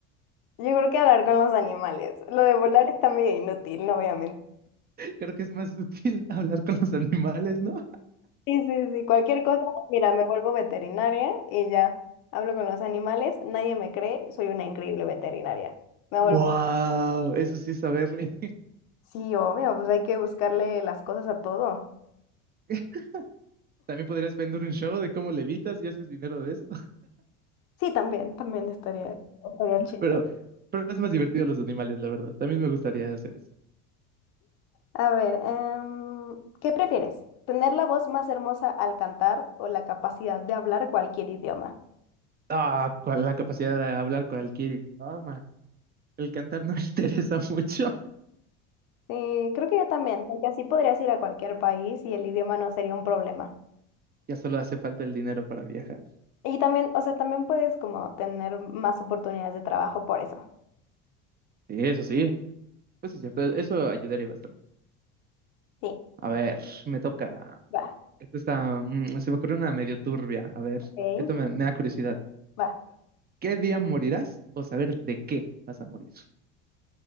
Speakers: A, on the left (about 65°); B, on the right (about 30°).
A: Yo creo que hablar con los animales. Lo de volar está medio inútil, no voy a mentir.
B: <laughs> Creo que es más útil <laughs> hablar con los animales, ¿no?
A: Sí, sí, sí. Cualquier cosa, mira, me vuelvo veterinaria y ya hablo con los animales. Nadie me cree, soy una increíble veterinaria. Me
B: ¡Wow!
A: vuelvo.
B: Eso sí es saberle.
A: Sí, obvio, pues hay que buscarle las cosas a todo.
B: <laughs> También podrías vender un show de cómo levitas y haces dinero de eso,
A: Sí, también, también estaría, estaría
B: <laughs>
A: chido.
B: pero, pero es más divertido los animales, la verdad. También me gustaría hacer eso.
A: A ver, em, ¿qué prefieres? ¿Tener la voz más hermosa al cantar o la capacidad de hablar cualquier idioma?
B: Ah, con la capacidad de hablar cualquier idioma. El cantar no <laughs> me interesa mucho.
A: Sí, creo que yo también, porque así podrías ir a cualquier país y el idioma no sería un problema.
B: Ya solo hace falta el dinero para viajar.
A: Y también, o sea, también puedes como tener más oportunidades de trabajo por eso.
B: Sí, eso sí, Eso es cierto, eso ayudaría bastante.
A: Sí,
B: A ver, me toca.
A: va,
B: Esto está, mm, se me ocurrió una medio turbia. A ver,
A: ok,
B: esto me, me da curiosidad.
A: va.
B: ¿Qué día morirás o saber de qué vas a morir?